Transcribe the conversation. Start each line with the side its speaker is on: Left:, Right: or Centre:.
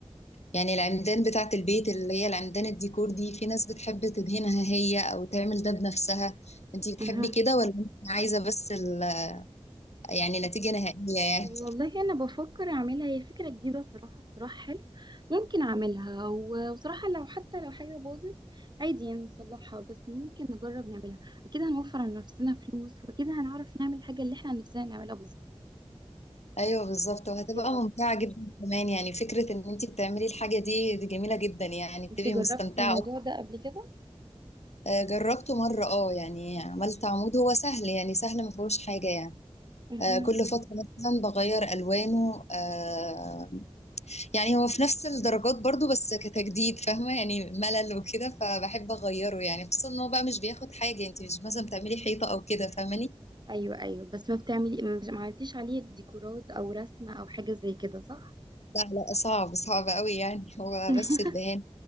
Left: يعني العمدان بتاعة البيت اللي هي العمدان الديكور دي في ناس بتحب تدهنها هي أو تعمل ده بنفسها انتي بتحبي
Right: أها.
Left: كده ولا انتي عايزة بس ال يعني نتيجة نهائية يعني؟
Right: والله انا بفكر اعملها هي فكره جديده صراحه اقتراح حلو ممكن اعملها و- وصراحه لو حتى لو حاجه باظت عادي يعني نصلحها بس ممكن نجرب نعملها اكيد هنوفر على نفسنا فلوس واكيد هنعرف نعمل الحاجه اللي احنا نفسنا نعملها
Left: ايوه بالظبط وهتبقى
Right: بالظبط
Left: ممتعه جدا كمان يعني فكره ان انت بتعملي الحاجه دي دي جميله جدا يعني بتبقي
Right: انتي جربتي
Left: مستمتعه
Right: الموضوع
Left: أكتر.
Right: ده قبل كده
Left: آه، جربته مره اه يعني عملت عمود هو سهل يعني سهل ما فيهوش حاجه يعني
Right: مهم.
Left: آه، كل فتره مثلا بغير الوانه آه، يعني هو في نفس الدرجات برضو بس كتجديد فاهمه يعني ملل وكده فبحب اغيره يعني خصوصا ان هو بقى مش بياخد حاجه انت مش مثلا بتعملي حيطه او كده فاهماني
Right: ايوه ايوه بس ما بتعملي مش- ما عملتيش عليه ديكورات او رسمه او حاجه زي كده صح
Left: لا لا صعب صعب قوي يعني هو
Right: <laughs>
Left: بس الدهان